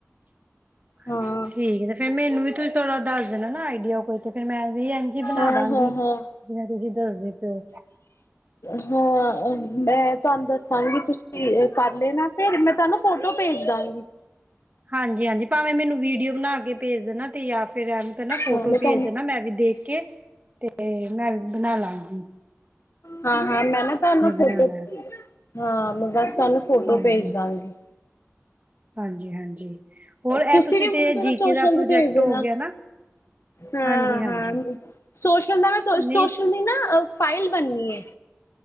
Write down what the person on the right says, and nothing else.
<inaudible>
ਠੀਕ ਤੇ ਫਿਰ ਮੈਨੂੰ ਵੀ ਤੁ ਥੋੜ ਦੱਸ ਦਿਣਾ ਨਾ ਆਈਡੀਆ ਕੋਈ ਤੇ ਫਿਰ ਮੈਂ ਵੀ ਇਜੀ ਬਣਾ
ਦਾਂਗੀ
ਜਿਵੇਂ
ਤੁਸੀਂ ਦੱਸਦੇ ਪਿਓ
ਹਾਂਜੀ ਹਾਂਜੀ ਭਾਵੇਂ ਮੈਨੂੰ ਵੀਡੀਓ ਬਣਾ ਕੇ ਭੇਜ ਦੇਣਾ ਤੇ ਜਾਂ ਫਿਰ ਐਨ ਕ ਨਾ ਫੋਟੋ
ਭੇਜ
ਦੇਣਾ ਮੈਂ ਵੀ ਦੇਖ ਕੇ ਤੇ ਬਣਾਲਾਂਗੀ
ਬਣਾਉਣਾ ਹੈ
ਹਾਂਜੀ।
ਹਾਂਜੀ ਹਾਂਜੀ। ਹੋਰ
ਇਹ
ਤੇ
ਜੀ
ਕੇ ਦਾ ਪ੍ਰੋਜੈਕਟ
ਹੋ
ਗਿਆ
ਹਾਂਜੀ ਹਾਂਜੀ
ਨਹੀਂ